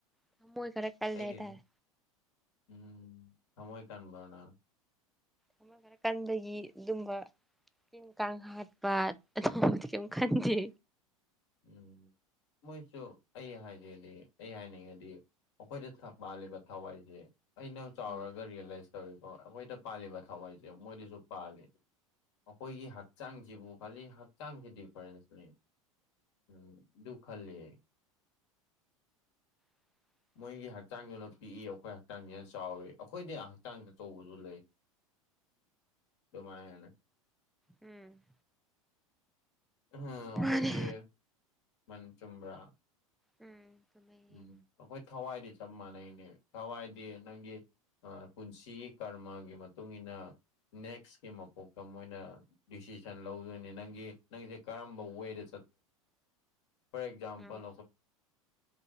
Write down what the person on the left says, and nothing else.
ꯑꯩꯗꯤ
ꯎꯝ ꯊꯃꯣꯢ ꯀꯥꯟꯕꯅ
ꯎꯝ ꯃꯣꯏꯁꯨ ꯑꯩ ꯍꯥꯏꯖꯦꯗꯤ ꯑꯩ ꯍꯥꯏꯅꯤꯡꯉꯗꯤ ꯑꯩꯈꯣꯏꯗ ꯄꯥꯜꯂꯤꯕ ꯊꯋꯥꯏꯁꯦ ꯑꯩꯅ ꯆꯥꯎꯔꯒ
ꯔꯤꯌꯦꯂꯥꯏꯁ ꯇꯧꯔꯤꯁꯦ ꯍ ꯑꯩꯈꯣꯏꯗ ꯄꯥꯜꯂꯤꯕ ꯊꯋꯥꯏꯁꯦ ꯃꯣꯏꯗꯁꯨ ꯄꯥꯜꯂꯤꯅꯦ ꯑꯩꯈꯣꯏꯒꯤ ꯍꯛꯆꯥꯡꯁꯤꯕꯨ ꯈꯜꯂꯤ ꯍꯛꯆꯥꯡꯁꯤ ꯗꯤꯐꯔꯦꯟꯁ ꯂꯩ ꯎꯝ ꯗꯨ ꯈꯜꯂꯦ
ꯃꯣꯏꯒꯤ ꯍꯛꯆꯥꯡꯗꯨꯅ ꯄꯤꯛꯏ ꯑꯩꯈꯣꯏ ꯍꯛꯆꯥꯡꯁꯤ ꯌꯥꯝ ꯆꯥꯎꯋ ꯑꯩꯈꯣꯏꯗꯤ ꯍꯛꯆꯥꯡꯗ ꯇꯧꯕꯁꯨ ꯂꯩ ꯗꯨꯃꯥꯢ ꯍꯥꯏꯅ
ꯎ ꯑꯩꯈꯣꯏꯒꯤ
ꯃꯟ ꯆꯨꯝꯕ꯭ꯔꯥ
ꯎꯝ ꯑꯩꯈꯣꯏ ꯊꯋꯥꯏꯗꯤ ꯆꯞ ꯃꯥꯟꯅꯩꯅꯦ ꯊꯋꯥꯏꯗꯤ ꯅꯪꯒꯤ ꯄꯨꯟꯁꯤꯒꯤ ꯀꯔꯃꯒꯤ ꯃꯇꯨꯡꯏꯟꯅ ꯅꯦꯛꯁꯀꯤ ꯃꯄꯣꯛꯇ ꯃꯣꯏꯅ ꯗꯤꯁꯤꯖꯟ ꯂꯧꯗꯣꯏꯅꯤ ꯅꯪꯒꯤ ꯅꯪꯁꯦ ꯀꯔꯝꯕ ꯋꯦꯗ ꯐꯣꯔ ꯑꯦꯛꯖꯥꯝꯄꯜ